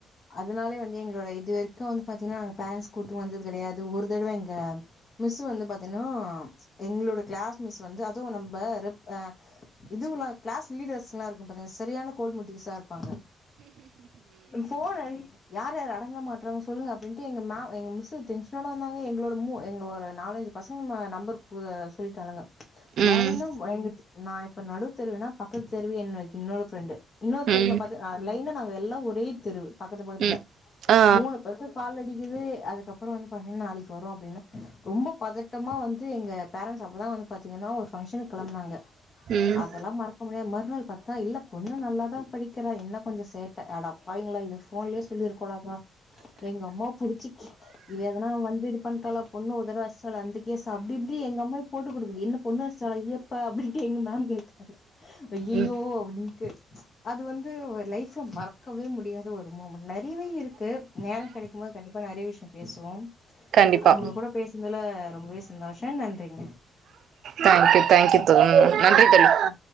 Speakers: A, on the left (about 40°); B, on the right (about 70°).
A: அதனாலே வந்து எங்களோட இது வரைக்கு வந்து பாத்தீங்கன்னா நாங்க பேரண்ட்ஸ் கூட்டிட்டு வந்தது கெடையாது ஒரு தடவ எங்க மிஸ்ஸு வந்து பாத்தீங்கன்னா எங்களோட கிளாஸ் மிஸ் வந்து அதுவு நம்ப ரெப் அ இதுவுல்லா கிளாஸ் லீடர்ஸ்ல்லா இருக்கு பாத்தீங்க சரியான கோல் மூட்டிஷ்ஸா இருப்பாங்க ஃபோனன் யார் யாரு அடங்க மாட்றாங்க சொல்லுங்க அப்டின்ட்டு எங்க மே எங்க மிஸ்ஸு டென்ஷனோட வந்தாங்க எங்களோட மூ எங்க ஒரு நாலன்ஜ் பசங்க நம்பர் கு சொல்லிட்டானுங்க
B: ம்
A: லைனு எங்க நா இப்ப நடுவு தெருவுனா பக்கத்து தெருவு எங்க இன்னொரு ஃப்ரெண்டு இன்னொரு
B: ம்
A: தெருவுல பாத்தா அ லைனா நாங்க எல்லா ஒரே தெருவு பக்கத்து பக்கத்துல
B: ம் ஆ
A: மூனு பேருக் கால் அடிக்குது அதுக்கப்புறோ வந்து பாத்தீங்கன்னா நாளைக்கு வரு அப்டின்னு ரொம்ப பதட்டமா வந்து எங்க பேரன்ட்ஸ் அப்பதா வந்து பாத்தீங்கன்னா ஒரு ஃபங்க்ஷனுக் கெளம்புனாங்க
B: ம்
A: அதெல்லா மறக்க முடியாது மறுநாள் பாத்தா இல்ல பொண்ணு நல்லாதா படிக்கிறா என்ன கொஞ்ச சேட்ட அடப்பாவீங்களா இத ஃபோன்லயே சொல்லியிருக்க கூடாதா எங்க அம்மா புடிச்சி கி இவ எதனா வந்து இது பண்ட்டாலா பொண்ணு ஒருதடவ அடிச்சால அந்த கேஸ் அப்டி இப்டி எங்க அம்மா போட்டு குடுக்குது என்ன பொண்ணு அடிச்சாலா இது எப்ப அப்டின்ட்டு எங்க மேம் கேக்குறாங்க ஐயயோ
B: ம்
A: அப்டின் ட்டு அது வந்து லைஃப்ல மறக்கவே முடியாத ஒரு மூமெண்ட் நெறையவே இருக் கு நேர கெடைக்கும்போது கண்டிப்பா நெறைய விஷ்ய பேசுவோம்
B: கண்டிப்பா
A: அவுங்க கூட பேச னால ரொம்பவே சந்தோஷம் நன்றிங்க
B: டேங்க்யூ டேங்க்யூ தோழி நன்றி தோழி
A: ஆ